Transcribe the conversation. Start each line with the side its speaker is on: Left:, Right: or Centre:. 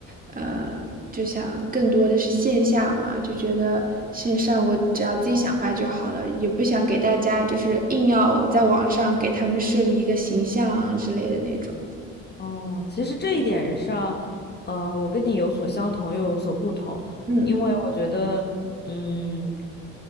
Right: 呃，就想更多的是线下嘛，就觉得线上我只要自己想发就好了，也不想给大家就是硬要在网上给他们设立一个形象之类的那种。
Left: 哦，其实这一点上，嗯、我跟你有所相同，又有所不同，
Right: 嗯
Left: 因为我觉得，嗯